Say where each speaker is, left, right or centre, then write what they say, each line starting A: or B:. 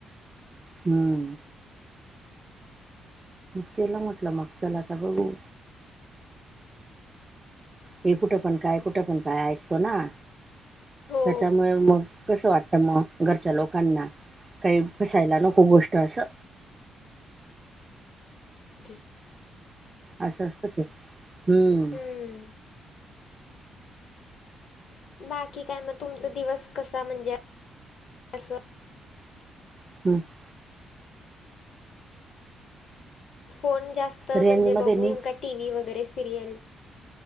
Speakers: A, on the right; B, on the left.
A: हं. केला म्हटलं मग, चला बघु ते कुठं पण काय, कुठं पण काय ऐकतो ना.
B: हो.
A: त्याच्यामुळे, मग कसं वाटतं मग. घरच्या लोकांना, काही फसायला नको गोष्ट असं.
B: <unintelligible>
A: असं, असतं ते हम्म.
B: हम्म बाकी काय मग, मग तुमचा दिवस कसा म्हणजे. असं
A: <inaudible>
B: फोन जास्त
A: रेंज
B: म्हणजे,
A: मध्ये
B: बघून
A: निघ
B: का टीव्ही वगैरे सिरियल.